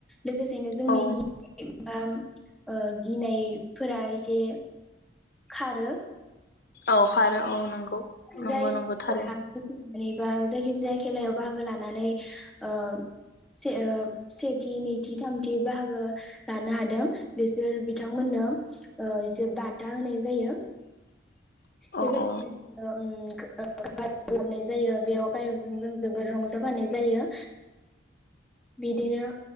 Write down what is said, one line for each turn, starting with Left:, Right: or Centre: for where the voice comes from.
Centre: लोगोसेनो जोंनि
Left: औ
Centre: गि बा ओ गिनायफोरा एसे खारो।
Left: औ खारो औ नंगौ। नंगौ
Centre: जायस
Left: नंगौ थारैनो
Centre: <unintelligible> बोरैबा जायखि जाया खेलायाव बाहागो लानानै ओ से ओ सेथि नैथि थामथि बाहागो लानो हादों बिसोर बिथांमोननो ओ एसे बान्था होनाय जायो।
Left: औ
Centre: लोगोसे
Left: औ
Centre: ओ ओम <unintelligible> खालामनाय जायो। बेयाव गायकजों जोंजों। बोर रंजाबानो जायो बिदिनो